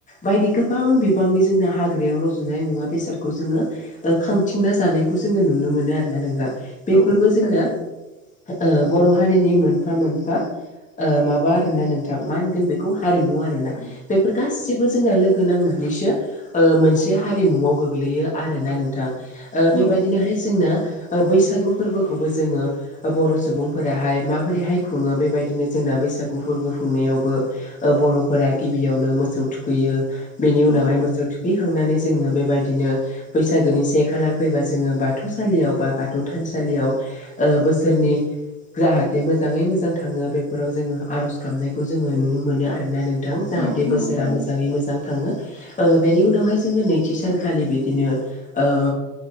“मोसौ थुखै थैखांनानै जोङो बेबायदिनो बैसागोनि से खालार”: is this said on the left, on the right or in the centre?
Left